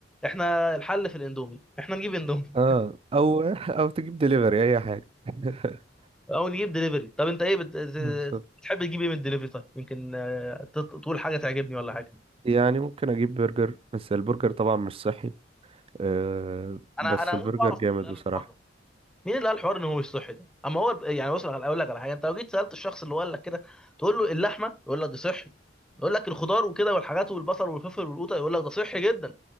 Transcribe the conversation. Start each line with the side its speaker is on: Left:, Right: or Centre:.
Centre: احنا الحل في الاندومي احنا نجيب اندومي
Right: اه أو <laughs> أو تجيب دليفري أي حاجة <laughs>
Centre: <laughs> او نجيب دليفري طب انت ايه بت...
Right: بالظبط
Centre: بتحب تجيب ايه من الدليفري طيب يمكن آه، ت- تقول حاجه تعجبني ولا حاجه
Right: يعني ممكن أجيب برجر بس البرجر طبعا مش صحي آه بس
Centre: انا انا
Right: البرجر
Centre: هموت واعرف
Right: جامد
Centre: مين اللي
Right: بصراحة
Centre: قال الحوار ده مين اللي قال الحوار ان هو مش صحي ده اما هو يعني بص على- اقول لك على حاجه انت لو جيت سالت الشخص اللي هو قال لك كده تقول له اللحمه يقول لك دي صحي يقول لك الخضار وكده والحاجات والبصل والفلفل والقوطه يقول لك ده صحي جدا